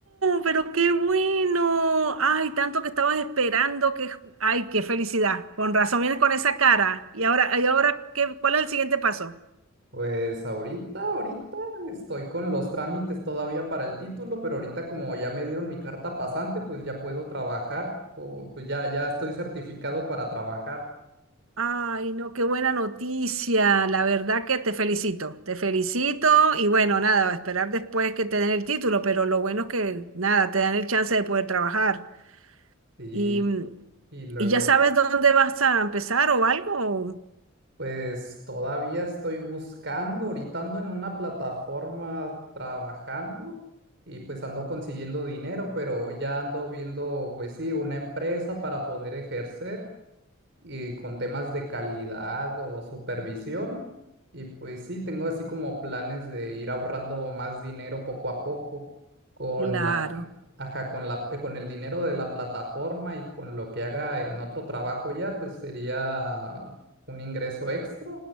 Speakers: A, on the right (about 75°); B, on the right (about 55°).
A: pero qué bueno. Ay, tanto que estabas esperando que... Ay, qué felicidad. Con razón vienes con esa cara. Y ahora, y ahora ¿qué, cuál es el siguiente paso?
B: Pues ahorita, ahorita estoy con los trámites todavía para el título, pero ahorita como ya me dieron mi carta pasante, pues ya puedo trabajar, o, pues ya, ya estoy certificado para trabajar.
A: Ay, no, qué buena noticia. La verdad que te felicito. Te felicito y bueno, nada, a esperar después que te den el título, pero lo bueno es que nada, te dan el chance de poder trabajar.
B: Y,
A: Y,
B: y luego,
A: y ya sabes dónde vas a empezar o algo.
B: Pues todavía estoy buscando, ahorita ando en una plataforma trabajando y pues ando consiguiendo dinero, pero ya ando viendo, pues sí, una empresa para poder ejercer y con temas de calidad o supervisión. Y pues sí, tengo así como planes de ir ahorrando más dinero poco a poco con
A: Claro.
B: la Ajá, con la, eh, con el dinero de la plataforma y con lo que haga en otro trabajo ya, pues sería un ingreso extra